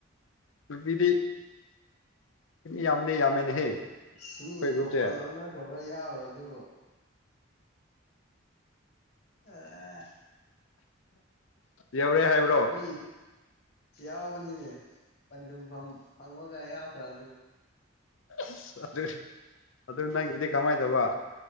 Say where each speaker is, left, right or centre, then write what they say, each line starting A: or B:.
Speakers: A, on the left (about 75°); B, on the left (about 50°).
A: ꯅꯨꯄꯤꯗꯤ ꯌꯥꯝꯃꯅꯦ ꯌꯥꯝꯃꯦꯅꯦꯍꯦ
B: ꯁ ꯃꯤ
A: ꯑꯩꯈꯣꯏ ꯒ꯭ꯔꯨꯞꯁꯦ
B: ꯀꯣꯄꯜ ꯑꯣꯟꯅꯈ꯭ꯔꯕ ꯌꯥꯎꯔꯣ ꯗꯨꯕꯨ ꯑ
A: ꯌꯎꯔꯦ ꯍꯥꯏꯕ
B: ꯃꯤ ꯌꯥꯎꯕꯅꯤꯅꯦ ꯄꯟꯊꯨꯡꯐꯝ ꯐꯪꯕꯒ ꯌꯥꯎꯈ꯭ꯔꯕꯅꯦ
A: ꯑꯁ ꯑꯗꯨ ꯅꯪꯒꯤꯗꯤ ꯀꯃꯥꯏ ꯇꯧꯕ